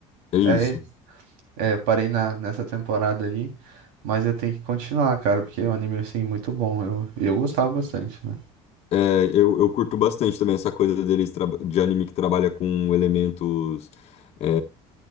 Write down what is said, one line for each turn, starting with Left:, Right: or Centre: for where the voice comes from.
Left: é isso.
Right: É, ele. é, eu parei na, nessa temporada ali. Mas eu tenho que continuar, cara, porque é um anime, assim, muito bom. Eu, eu gostava bastante, né?
Left: É, eu, eu curto bastante também essa coisa deles traba- de anime que trabalha com elementos, é,